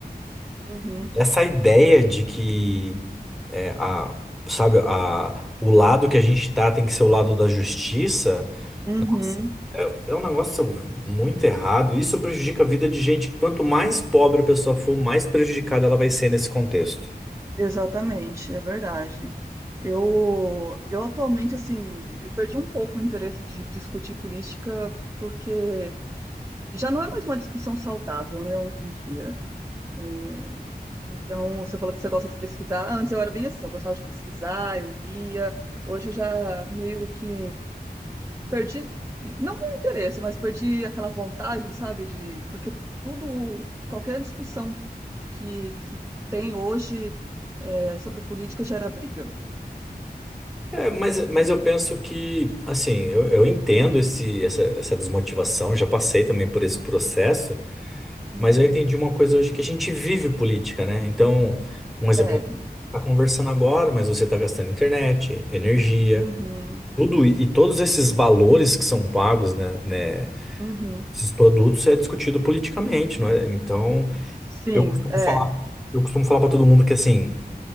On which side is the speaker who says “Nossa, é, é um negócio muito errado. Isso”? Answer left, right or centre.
Centre